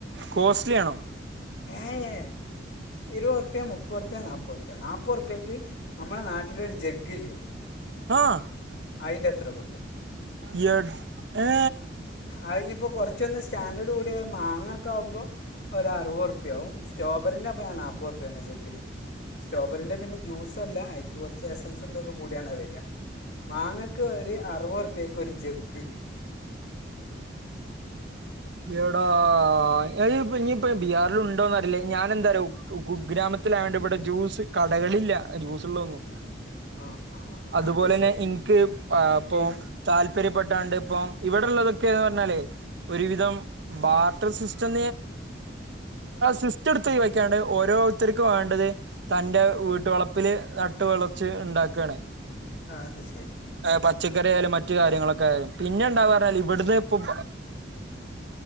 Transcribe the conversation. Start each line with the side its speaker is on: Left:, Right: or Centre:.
Right: കോസ്റ്റ്ലി ആണോ
Left: ഏഹ് ഏ ഇരുപത്റുപിയ മുപ്പത് റുപ്പിയ നാപ്പത് റ്റുപ്പ്യ നാപ്പത് റുപ്യയ്ക്ക് നമ്മുടെ നാട്ടിലൊരു ജഗില്ലെ
Right: ആഹ
Left: അയിൻ്റെ എത്ര കിട്ടും
Right: ഇട് ഏ
Left: അതിനി ഇപ്പോൾ കുറച്ചൊന്ന് സ്റ്റാൻഡേർഡ് കൂടിയ മാങ്ങ ഒക്കെ ആകുമ്പോൾ ഒരു അറുപത് റുപ്യയാവും റ്റോബറിന്റെപഴ നാൽപ്പത്തുറു പ്യയ ജഗിന് സ്ട്രോബെറിന്റെപിന്നെ ജ്യൂസ് അല്ല അനിക്ക് കുറച്ച് എസൻസും ഇതൊക്കെ കൂടിയാണ്ത് വരിക മാങ്ങയ്ക്ക് ഒരു അറുപത്റുപ്പേക്ക് ഒരു ജഗ്
Right: എടാ <unintelligible> ഇനി ഇപ്പ ബിഹാൽ ഉണ്ടോന്നറിയില്ല ഞാന എന്താ ര കു ഗ്രാമത്തിലായോണ്ട് ഇവിടെ ജ്യൂസ് കടകളില്ല ജൂസ് ഉള്ളൊന്നും
Left: ആ ആ ആ,
Right: അതുപോലെന്നെ
Left: അത് ശരി
Right: ഇനിക്ക് ഇപ്പൊ
Left: പിന്നെ
Right: താല്പര്യപ്പെട്ടാണ്ട് ഇപ്പം ഇവിടെള്ളതൊക്കെന്ന് പറഞ്ഞാലേ ഒരുവിധം ബാർട്ടർ സിസ്റ്റം സിസ്റ്റം എടുത്ത് ഒഴിവാക്കാണ്ട് ഓരോ ഒത്തിർക്ക് വേണ്ടത് തൻന്റെ വീട്ടുവളപ്പില് നട്ട് വളച്ച് ഉണ്ടാക്കയാണ്
Left: ആ അത് ശരി
Right: പച്ചക്കറിയാലും മറ്റു കാര്യങ്ങളൊക്കെ ആയാലും പിന്നെ എണ്ടാ പറഞ്ഞാൽ ഇവിടുന്ന് ഇപ്പം